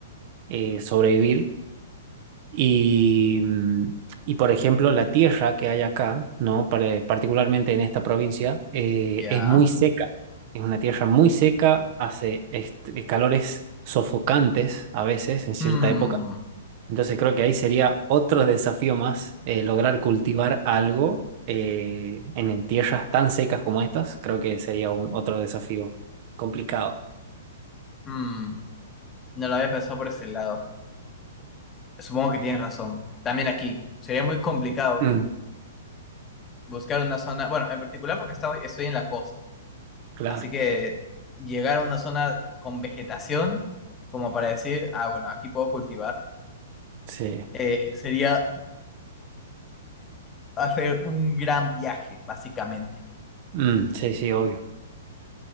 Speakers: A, on the right; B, on the left.
A: eh, sobrevivir. Y, mm, y, por ejemplo, la tierra que hay acá, ¿no? Pare- particularmente en esta provincia, eh,
B: Ya.
A: es muy seca. Es una tierra muy seca, hace est- calores sofocantes a veces en cierta
B: Mm,
A: época. Entonces creo que ahí sería otro desafío más, eh, lograr cultivar algo eh, en, en tierras tan secas como estas, creo que sería un, otro desafío complicado.
B: mm, No lo había pensado por ese lado. Supongo que tienes razón. También aquí. Sería muy complicado
A: Mm,
B: buscar una zona, bueno, en particular porque estoy, estoy en la costa.
A: claro,
B: Así que llegar a una zona con vegetación, como para decir, ah, bueno, aquí puedo cultivar,
A: sí,
B: eh, sería hacer un gran viaje, básicamente.
A: Mm, sí, sí, obvio.